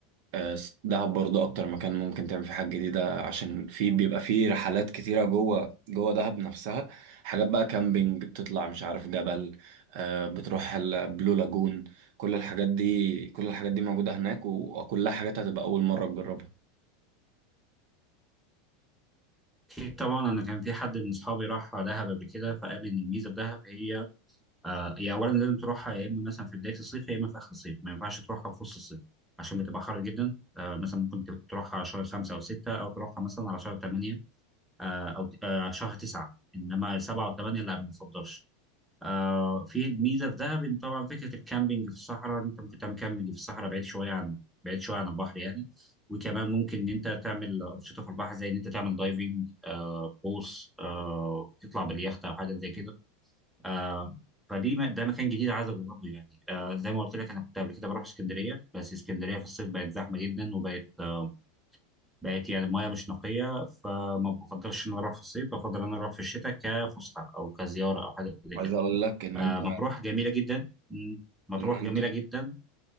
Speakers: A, on the right; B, in the centre.
A: آه، دهب برضه اكتر مكان ممكن تعمل فيه حاجات جديده عشان في بيبقى فيه رحلات كتيره جوه جوه دهب نفسها حاجات بقى كامبينج بتطلع مش عارف جبل آه، بتروح البلو لاجون كل الحاجات دي كل الحاجات دي موجوده هناك و- وكلها حاجات هتبقى اول مره تجربها
B: في طبعا أنا كان في حد من أصحابي راح دهب قبل كده فقال لي إن الميزة في دهب هي آه هي أولا لازم تروحها يا إما مثلا في بداية الصيف يا إما في آخر الصيف ما ينفعش تروحها في وسط الصيف عشان بتبقى حر جدا آه مثلا ممكن ت- تروحها على شهر خمسة أو ستة أو تروحها مثلا على شهر تمانية آه أو ت- آه شهر تسعة إنما سبعة وثمانية لا ما بنفضلش آه في ميزه في دهب ان طبعا فكره الكامبينج في الصحراء انت ممكن تعمل كامبينج في الصحراء بعيد شويه عن بعيد شويه عن البحر يعني وكمان ممكن ان انت تعمل انشطه في البحر زي ان انت تعمل دايفنج آه قوس آه تطلع باليخت او حاجه زي كده آه فدي م- ده مكان جديد عايز اجربه يعني آه زي ما قلت لك انا كنت قبل كده بروح اسكندريه بس اسكندريه في الصيف بقت زحمه جدا وبقت آه بقت يعني المياه مش نقيه فما بفضلش ان انا اروح في الصيف بفضل ان انا اروح في الشتاء كفسحه او كزياره او حاجه زي
A: عايز
B: كده
A: اقول لك ان
B: آه،
A: انت
B: مطروح جميلة جدا مم. مطروح
A: ان
B: جميلة
A: انت
B: جدا